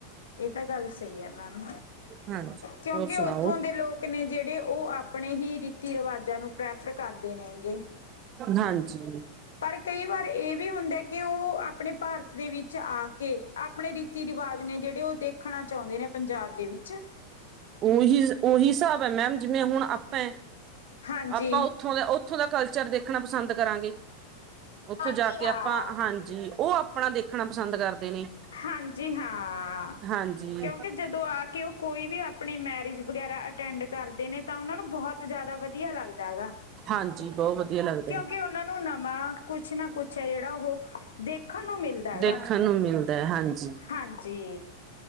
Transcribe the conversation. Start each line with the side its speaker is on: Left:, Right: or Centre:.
Left: ਇਹ ਤਾਂ ਗੱਲ ਸਹੀ ਹੈ ਮੈਮ।
Right: ਹਾਂਜੀ
Left: ਕਿਉਂਕਿ
Right: ਹੋਰ ਸੁਣਾਓ
Left: ਉੱਥੋਂ ਦੇ ਲੋਕ ਲੋਕ ਨੇ ਜਿਹੜੇ ਉਹ ਆਪਣੇ ਹੀ ਰੀਤੀ ਰਿਵਾਜਾਂ ਨੂੰ ਪ੍ਰੈਫਰ ਕਰਦੇ ਨੇਗੇ।
Right: ਹਾਂਜੀ।
Left: ਪਰ ਕਈ ਵਾਰ ਇਹ ਵੀ ਹੁੰਦਾ ਕਿ ਉਹ ਆਪਣੇ ਭਾਰਤ ਦੇ ਵਿੱਚ ਆ ਕੇ ਆਪਣੇ ਰੀਤੀ ਰਿਵਾਜ ਨੇ ਜਿਹੜੇ ਉਹ ਦੇਖਣਾ ਚਾਹੁੰਦੇ ਨੇ ਪੰਜਾਬ ਦੇ ਵਿੱਚ
Right: ਉਹੀ ਉਹੀ ਹਿਸਾਬ ਹੈ ਮੈਮ ਜਿਵੇਂ ਹੁਣ ਆਪਾਂ
Left: ਹਾਂਜੀ
Right: ਆਪਾਂ ਉੱਥੋਂ ਦਾ ਉੱਥੋਂ ਦਾ ਕਲਚਰ ਦੇਖਣਾ ਪਸੰਦ ਕਰਾਂਗੇ। ਉੱਥੋਂ
Left: ਹਾਂਜੀ
Right: ਜਾ ਕੇ
Left: ਹਾਂ
Right: ਆਪਾਂ ਹਾਂਜੀ, ਉਹ ਆਪਣਾ ਦੇਖਣਾ ਪਸੰਦ ਕਰਦੇ ਨੇ।
Left: ਹਾਂਜੀ ਹਾਂ
Right: ਹਾਂਜੀ
Left: ਕਿਉਂਕਿ ਜਦੋਂ ਆ ਕੇ ਉਹ ਕੋਈ ਵੀ ਆਪਣੀ ਮੈਰਿਜ ਵਗੈਰਾ ਅਟੈਂਡ ਕਰ ਨੇ ਤਾਂ ਉਹਨਾਂ ਨੂੰ ਬਹੁਤ ਜ਼ਿਆਦਾ ਵਧੀਆ ਲੱਗਦਾ ਹੈਗਾ਼।
Right: ਹਾਂਜੀ ਬਹੁਤ ਵੀਆ ਲੱਗਦਾ।
Left: ਕਿਉਂਕਿ
Right: ਹੈ
Left: ਉਹਨਾਂ ਨੂੰ ਨਵਾ ਕੁਛ ਨਾ ਕੁਛ ਹੈ ਜਿਹੜਾ ਉਹ ਦੇਖਣ ਨੂੰ ਮਿਲਦਾ ਹੈਗਾ।
Right: ਦੇਖਣ ਨੂੰ ਮਿਲ ਦੇ ਹਾਂਜੀ।
Left: ਹਾਂਜੀ।